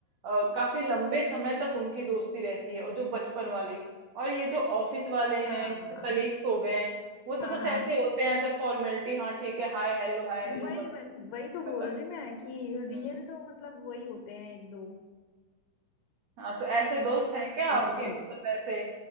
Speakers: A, on the right (about 90°); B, on the left (about 80°).
A: अ, काफी लंबे समय तक उनकी दोस्ती रहती है और जो बचपन वाली और ये जो ऑफिस वाले हैं
B: हाँ
A: जैसे कलीग्स हो गए हैं वो तो
B: हाँ
A: बस
B: हाँ
A: ऐसे होते हैं एज अ फॉर्मेलिटी हाँ ठीक है हाय हेलो हाय हेलो
B: वही
A: बस
B: वही वही तो बोल
A: खत्म
B: रही मैं कि
A: हम्म।
B: रियल तो मतलब वही होते हैं एक दो
A: हाँ तो ऐसे दोस्त
B: बस
A: हैं क्या आपके
B: और तो
A: मतलब ऐसे